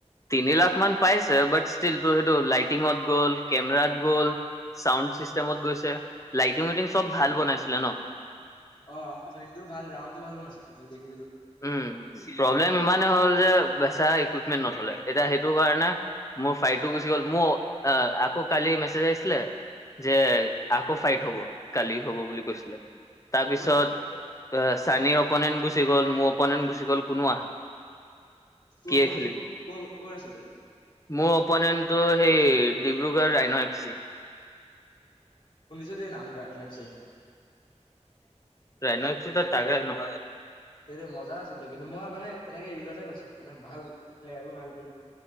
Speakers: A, on the left; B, on the left.
A: তিনি লাখ মান পাইছে বাট ষ্টিল তোৰ সেইটো লাইটিঙত গ'ল কেমেৰাত গ'ল। চাউণ্ড চিষ্টেমত গৈছে লাইটিং উইটিং চব ভাল বনাইছিলে ন
B: অ অ সেইটো ভাল ৰাউডটো ভাল বোৱা <unintelligible> নাছিল দেখিছিলো
A: উম প্ৰব্লেম ইমানে হ'ল যে বেচেৰা ইকুইপমেন্ট নথলে এতিয়া সেইটো কাৰণে মোৰ ফাইলটো গুচি গ'ল মোৰ অ আকৌ কালি মেছেজ আহিছিলে যে আকৌ ফাইট হব কালি হব বুলি কৈছিলে তাৰ
B: তাৰপৰা
A: পিছত অ চানিৰ অপনেন্ট গুচি গ'ল মোৰ অপনেণ্ট গুচি গ'ল কোনো আহা
B: তোৰ
A: কি
B: অপনেণ্ট
A: খেলিম
B: কোন ক'ৰ আছিলে
A: মোৰ অপনেণ্টটো সেই ডিব্ৰুগড়ৰ ৰাইন' এফ চি
B: শুনিছো দেই নামটো rhino F C.
A: Rhino F C তাকে ন
B: সেইটো মজা আছিলে কিন্তু মই মানে এনেকে ৰিলতে পাইছো মানে ভাল প্লেয়াৰো ভাল বুলি